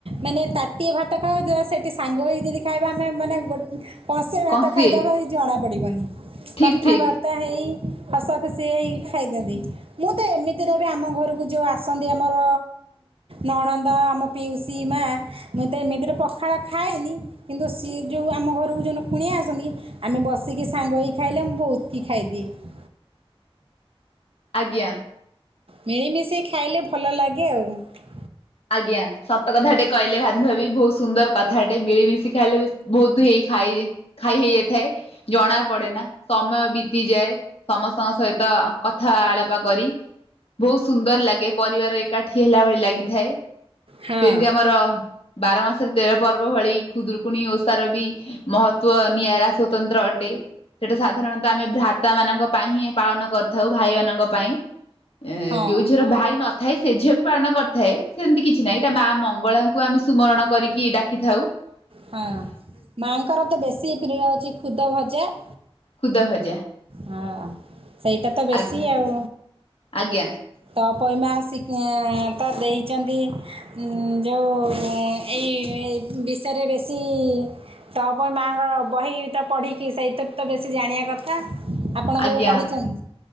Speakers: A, on the right; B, on the left.
A: ମାନେ ତାଟିଏ ଭାତ ଖାଉ ଥିବା ସେଠି ସାଙ୍ଗ ହୋଇ ଯଦି ଖାଇବା ଆମେ ମାନେ ଗୋଟେ କଂସେ ଭାତ
B: କଂସି
A: ଖାଇ ଦବାବି ଜଣା ପଡିବନି
B: ଠିକ୍
A: । କଥାବାର୍ତ୍ତା
B: ଠିକ୍
A: ହେଇ ହସ ଖୁସି ହେଇ ଖାଇଥାନ୍ତି । ମୁଁ ତ ଏମିତିରେ ବି ଆମ ଘରକୁ ଯୋଉ ଆସନ୍ତି ଆମର ନଣନ୍ଦ ଆମ ପିଉସୀ ମା ହାଁ ମୁଁତ ଏମିତିରେ ପଖାଳ ଖାଏନି । କିନ୍ତୁ ସି ଯୋଉ ଆମ ଘରକୁ ଯୋଉ ନୁ କୁଣିଆ ଆସନ୍ତି ଆମେ ବସିକି ସାଙ୍ଗ ହୋଇ ଖାଇଲେ ମୁଁ ବହୁତ୍ ଖାଇ ଦିଏ ।
B: ଆଜ୍ଞା ।
A: ମିଳି ମିଶିକି ଖାଇଲେ ଭଲ ଲାଗେ ଆଉ ।
B: ଆଜ୍ଞା ସତ କଥା ଟେ କହିଲେ ଭାବି ଭାବି ବୋହୁତ ସୁନ୍ଦର କଥାଟେ ମିଳି ମିଶି ଖାଇଲେ ବେଶି ବୋହୁତ ହେଇ ଖାଇ ଖାଇ ହେଇଯାଇଥାଏ ଜଣା ପଡେ ନା ସମୟ ବିତିଯାଏ ସମସ୍ତଙ୍କ ସହିତ ତ କଥା ଆଳାପ କରି ବହୁତ୍ ସୁନ୍ଦର ଲାଗେ ପରିବାର ଏକାଠି ହେଲା ଭଳି ଲାଗିଥାଏ ।
A: ହଁ।
B: ସେମିତି ଆମର ବାର ମାସରେ ତେର ପର୍ବ ଭଳି ଖୁଦୁରୁକୁଣୀ ଓଷାର ବି ମହତ୍ଵ ନିଆରା ସ୍ୱତନ୍ତ୍ର ଅଟେ । ସେଠୁ ସାଧାରଣ ତ ଆମେ ଭ୍ରା ତା ମାନଙ୍କ ପାଇଁ ହିଁ ପାଳନ କରିଥାଉ । ଭାଇ ମାନଙ୍କ ପାଇଁ । ଏ
A: ହଁ
B: ଯୋଉ ଝିଅର ଭାଇ ନଥାଏ ସେ ଝିଅ ବି ପାଳନ କରିଥାଏ। ସେମିତି କିଛି ନାଇଁ ତା ମା ମଙ୍ଗଳା ଙ୍କୁ ଆମେ ସୁମରଣ କରିକି ଡାକିଥାଉ ।
A: ହଁ ମାଆଙ୍କର ତ ବେଶୀ ପ୍ରିୟ ହଉଛି ଖୁଦ ଭଜା ।
B: ଖୁଦ ଭଜା
A: ହଁ ସେଇଟା ତ ବେଶୀ
B: ଆଜ୍ଞା
A: ଆଉ
B: ଆଜ୍ଞା
A: ପ ପଇମାସିକ ତ ଦେଇଛନ୍ତି ଯୋଉ ଏଇ ବିଷୟରେ ବେଶୀ ତାପରେ ମାଆଙ୍କର ବହି ତ ପଢିକି ସେଇଥିରୁ ତ ବେଶୀ ଜାଣିବା କଥା । ଆପଣ
B: ଆଜ୍ଞା
A: କେବେ ପଢ଼ିଛନ୍ତି?